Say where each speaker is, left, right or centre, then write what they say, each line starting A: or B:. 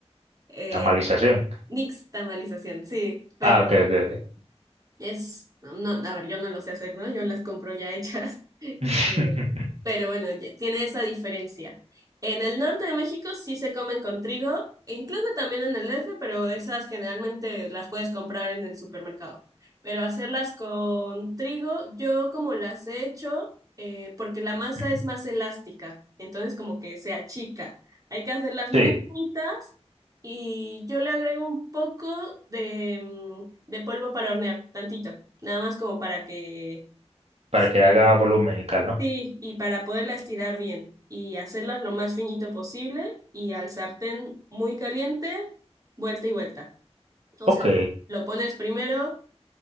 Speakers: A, on the right; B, on the right.
A: Eh,
B: tamalización.
A: nixtamalización, sí, pero
B: Ah, ok, ok, ok.
A: Es, no, a ver, yo no lo sé hacer, ¿no? Yo las compro ya hechas. <laughs> Eh,
B: <laughs>
A: Pero bueno, ye- tiene esa diferencia. En el norte de México sí se comen con trigo, e incluso también en el DF, pero esas generalmente las puedes comprar en el supermercado. Pero hacerlas con trigo, yo como las he hecho, eh, porque la masa
B: Ujú.
A: es más elástica, entonces como que se achica. Hay que hacerlas muy
B: Sí,
A: finitas y yo le agrego un poco de, mm, de polvo para hornear, tantito, nada más como para que...
B: para
A: Sí,
B: que haga volumen y tal, ¿no?
A: Sí, y para poderla estirar bien y hacerlas lo más finito posible y al sartén muy caliente, vuelta y vuelta. O
B: Ok,
A: sea, lo pones primero,